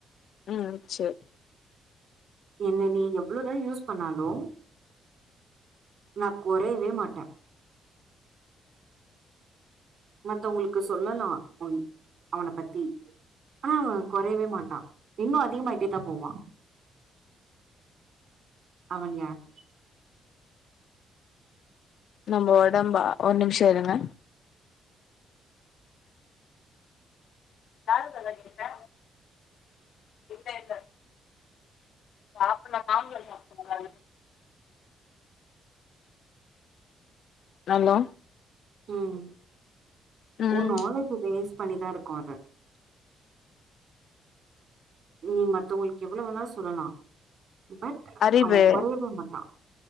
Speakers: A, on the left; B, on the right.
A: ம் செரி
B: என்ன நீ எவ்ளோதா யூஸ் பண்ணாலும் நான் கொறைவே மாட்டன் மத்தவங்களுக்கு சொல்லலா உன் அவன பத்தி ஆனா அவன் கொறைவே மாட்டான் இன்னும் அதிகமாயிட்டேதான் போவான் அவன் யார்
A: நம்ம உடம்பா ஒரு நிமிஷம் இருங்க யாருங்கத கேட்ட என்ன என்ன சாப்பிடலா நாங்க சாப்பிடல்ல ஹலோ
B: ம்
A: ம்
B: ஓ நாளஜ் வேஸ் பண்ணிதா இருக்கு அது நீ மத்த உங்களுக்கு எவ்வளவு வேணா சொல்லலா பட்
A: அறிவு
B: அவன் குறையவே மாட்டா